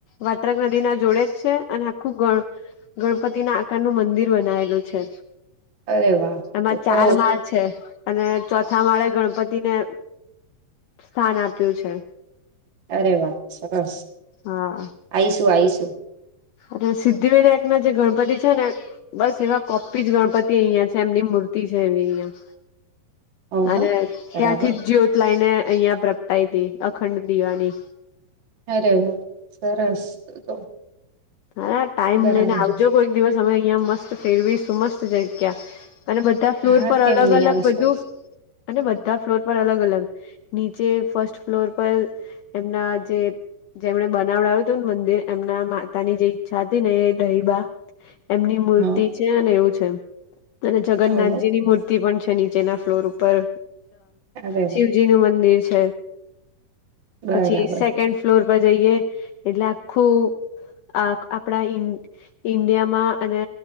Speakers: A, on the left; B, on the right.
A: વાત્રક નદીના જોડે જ છે અને આખું ગણ ગણપતિ ના આકારનું મંદિર બનાવેલું છે.
B: અરે વાહ
A: એમાં
B: તો
A: ચાર
B: તો
A: માળ છે. અને ચોથા માળે ગણપતિને સ્થાન આપ્યું છે.
B: અરે વા સરસ.
A: હા.
B: આઈશું આઈશું.
A: અને સિદ્ધિ વિનાયક ના જે ગણપતિ છે ને બસ એવા કોપી જ ગણપતિ અહિયાં છે એમની મૂર્તિ છે એવી અહિયાં.
B: ઓહો
A: અને
B: બરાબર
A: ત્યાંથી જ જ્યોત લાઈને અહિયાં પ્રગટાઈ હતી અખંડ દિવાની
B: અરે વા સરસ તો.
A: અરે ટાઈમ
B: બરાબર
A: લઈને આવજો કોઈક દિવસ અમે અહિયાં મસ્ત ફેરવીશું મસ્ત જગ્યા અને બધ બધ ફ્લોર
B: હા
A: પર
B: કેમ
A: અલગ
B: નહી
A: અલગ
B: આવીશ
A: બધું
B: આવીશ
A: અને બધા ફ્લોર પર અલગ અલગ નીચે ફર્સ્ટ ફ્લોર પર એમના જે જેમણે બનાવડાવ્યું હતું ને મંદિર એમના માં માતાની જે ઈચ્છા હતી ને એ ડહીબા એમની મૂર્તિ
B: હા
A: છે ને એવું છે. અને જગન્નાથજીની
B: ઓહો
A: મૂર્તિ પણ છે નીચેના ફ્લોર ઉપર
B: આગળ
A: શિવ જી નું મંદિર છે
B: બરાબર
A: પછી સેકન્ડ ફ્લોર પર જઈએ એટલે આખું આ આપણા ઇ ઈન્ડિયામાં અને